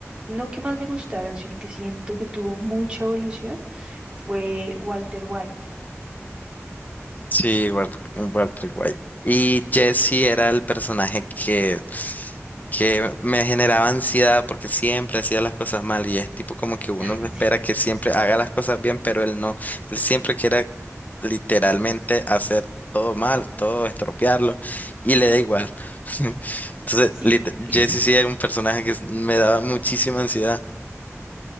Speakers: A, on the right; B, on the left.
A: no que más me gustaron, sino que siento que tuvo mucha evolución fue Walter White.
B: Sí, Wal- Walter White. Y Jesse era el personaje que, que me generaba ansiedad porque siempre hacía las cosas mal y es tipo como que uno
A: <laughs>
B: espera que siempre haga las cosas bien, pero él no. Él siempre quiere literalmente hacer todo mal, todo estropearlo y le da igual. <laughs> Entonces,
A: Sí,
B: lit-
A: sí.
B: Jesse
A: <laughs>
B: sí era un personaje que s- me daba muchísima ansiedad.